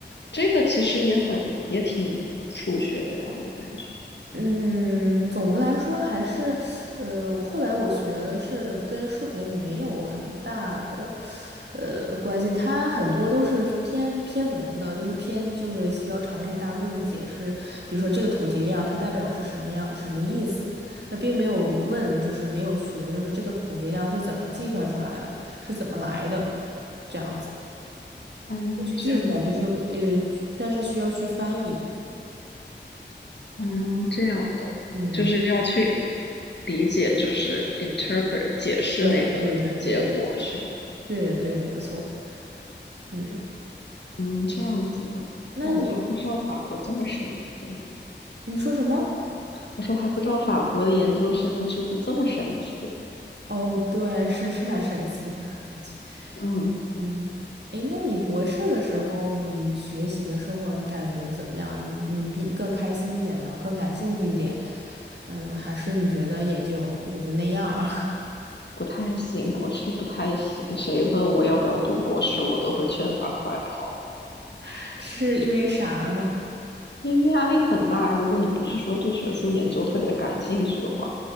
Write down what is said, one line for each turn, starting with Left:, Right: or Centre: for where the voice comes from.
Left: 这个其实也很也挺数学的呀，我感觉。
Right: 嗯，总的来说还是，呃，后来我学的是跟数学没有很大的，呃，关系，它很多都是偏偏文的，就是偏就是需要长篇大论的解释，比如说这个统计量它代表是什么样什么意思，它并没有问，就是没有学，就是这个统计量是怎么计算出来的，是怎么来的，这样子
Left: 嗯，
Right: 去计算，
Left: 这样子，
Right: 就是呃，但是需要去翻译，
Left: 嗯，这样的，
Right: 嗯，
Left: 就是要去理解，就是 interpret 解释那个结果是吧？
Right: 对对对对对的对的，没错。嗯，
Left: 嗯，这样子的。
Right: 那你
Left: 哇，我还不知道法国这么神奇呢。
Right: 你说什么？
Left: 我说我还不知道法国的研究生的制度这么神奇。
Right: 哦，对，是是蛮神奇的感觉。
Left: 嗯，
Right: 嗯，诶，那你博士的时候，你学习的生活，你感觉怎么样？你你比更开心一点呢，更感兴趣一点？嗯，还是你觉得也就也就那样儿？
Left: 不太行，博士不太行。谁问我要不要读博士，我都会劝他快跑。
Right: <laughs> 是因为啥呢？
Left: 因为压力很大，如果你不是说对学术研究特别感兴趣的话，